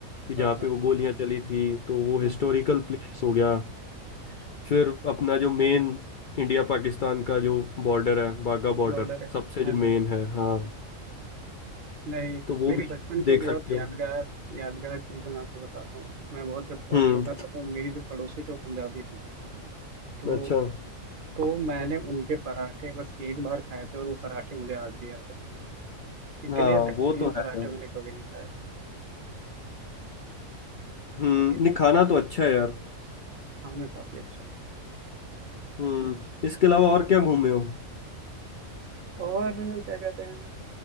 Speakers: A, on the left; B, on the right.
A: कि जहाँ
B: हाँ हाँ
A: पे वो गोलियाँ चली थी तो वो हिस्टोरिकल
B: हाँ हाँ
A: प्लेस हो गया फिर अपना जो मेन इंडिया पाकिस्तान का जो बॉर्डर है बाघा बॉर्डर
B: बॉर्डर है
A: सबसे
B: हाँ
A: जो मेन
B: हाँ
A: है हाँ
B: नहीं
A: तो वो
B: मेरी
A: भी
B: बचपन की
A: देख
B: एक बहुत
A: सकते
B: यादगार
A: हो
B: यादगार चीज़ मैं आपको बताता हूँ मैं बहुत जब बहुत
A: हम्म
B: छोटा था तो मेरी जो पड़ोसी थी वो पंजाबी थी तो
A: अच्छा
B: तो मैंने उनके पराठे बस एक बार खाए थे और वो पराठे मुझे आज भी याद है इतने
A: हाँ
B: बेहतरीन
A: वो तो
B: पराठे
A: है यार
B: मैंने कभी नहीं खाए
A: हम्म
B: ये
A: नहीं
B: तो
A: खाना
B: है
A: तो अच्छा है यार
B: खाना काफी अच्छा है।
A: हम्म इसके अलावा और क्या घूमे हो
B: और क्या कहते हैं